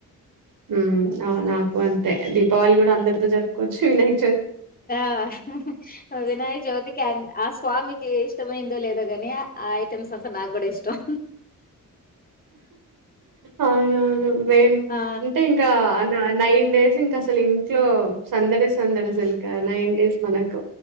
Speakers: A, on the right; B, on the left.
A: ఉమ్ ఆ నాకు అంతే దీపావళి కూడా అందరితో జరుపుకోవచ్చు వినాయ
B: ఆ వినాయక్ చోతికి ఆ స్వామి ఎ ఇష్టమైందో లేదా గాని ఆయ్క్ ప్రెండ్స్ అంటే నా కూడా ఇష్టం
A: అవును అవును మెయిన్
B: ఆ
A: అంటే ఇంకా ఆ నైన్ డేస్ ఇంకా అసలు ఇంట్లో సందడే సందడే అసలు ఇకా నైన్ డేస్ మనకు